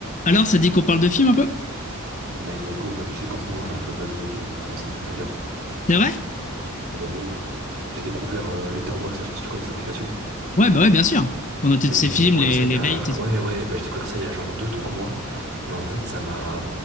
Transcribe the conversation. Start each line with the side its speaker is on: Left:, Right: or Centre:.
Left: Alors, ça dit qu'on parle de films un peu?
Right: Mec, let's go. Bah, tu sais qu'en ce moment, j'arrête pas de mater des films, donc moi, ça me fait plaisir.
Left: C'est vrai?
Right: Ah bah, de ouf. J'ai découvert euh, Letterboxd, là, je sais pas si tu connais cette application.
Left: Ouais, bah ouais, bien sûr. Pour noter
Right: Mec,
Left: tous ces films,
Right: j'ai découvert
Left: les,
Right: ça il
Left: les
Right: y a...
Left: rates et tout.
Right: Ouais, ouais, bah, j'ai découvert ça il y a genre deux, trois mois. Et en fait, ça m'a